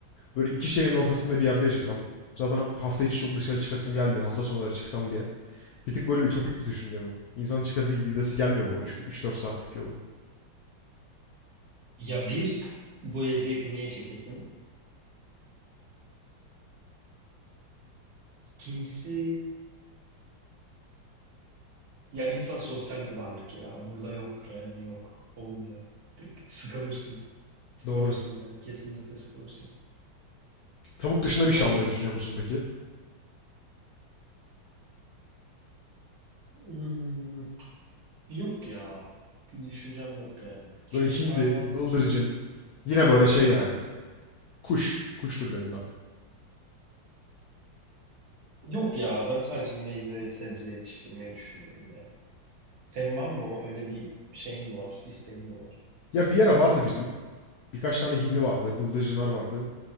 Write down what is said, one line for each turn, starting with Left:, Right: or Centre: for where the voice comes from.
Left: Böyle iki şehrin ortasında bir yerde yaşasam. Zaten hafta içi çok dışarı çıkasım gelmiyor. Hafta sonları çıksam diye. Bir tık böyle ütopik bir düşünce bu. İnsanın çıkası gidesi gelmiyor bu üç dört saatlik yolu?
Right: Ya bir bu eziyeti niye çekesin? İkincisi ya insan sosyal bir varlık ya. Burada yok yani yok. Olmuyor. Sıkılırsın. Sıkılırsın
Left: Doğru.
Right: yani. Kesinlikle sıkılırsın.
Left: Tavuk dışında bir şey
Right: Hani
Left: almayı düşünüyor musun peki?
Right: hmm, yok ya. Bir düşüncem yok yani. Çünkü
Left: Böyle hindi,
Right: hayvanlar
Left: bıldırcın. Yine böyle şey yani. Kuş. Kuş türlerinden.
Right: yok ya. Ben sadece meyve sebze yetiştirmeyi düşünüyorum ya. Senin var mı o? Öyle bir şeyin mi var? İsteğin mi var?
Left: Ya bir ara vardı bizim. Birkaç tane hindi vardı. Bıldırcınlar vardı.